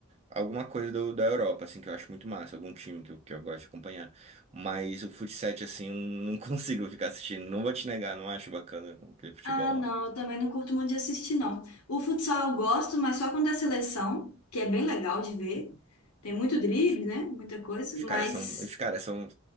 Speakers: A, on the right; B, on the left.
A: alguma coisa do- da Europa, assim, que eu acho muito massa, algum time que eu, que eu gosto de acompanhar. Mas o futsal, assim, eu não <laughs> consigo ficar assistindo. Não vou te negar, não acho bacana aquele futebol
B: Ah, não,
A: lá.
B: eu também não curto muito de assistir, não. O futsal eu gosto, mas só quando é seleção, que é bem legal de ver. Tem muito drible,
A: Os,
B: né? Muita coisa,
A: os caras
B: mas.
A: são, os caras são,